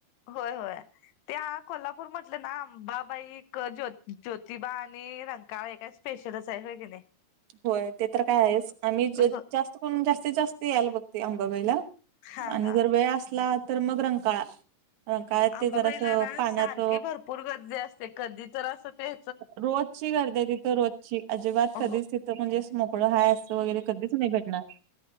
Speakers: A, on the left; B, on the right.
A: होय होय. त्या कोल्हापूर म्हटलं ना, अंबाबाई, ज्यो ज्योतिबा आणि रंकाळं एका स्पेशलच हाय, व्हय कि नाही?
B: होय ते तर काय आहेच, आम्ही जास्त
A: हो
B: करून जास्तीत जास्त यायला बघते आंबाबाईला.
A: हा
B: आणि
A: हा.
B: जर वेळ असला, तर मग रंकाळा. रंकाळ्यात
A: आंबाबाईलांना
B: ते जरासं पाण्यात
A: सारखी भरपूर गर्दी असते, कधी तर असं ते
B: रोजची गर्दी ए तिथं, रोजची, अजिबात
A: हो
B: कधीच ति तं म्हणजे असं मोकळं हाय असं वगैरे कधीच नाही भेटणार.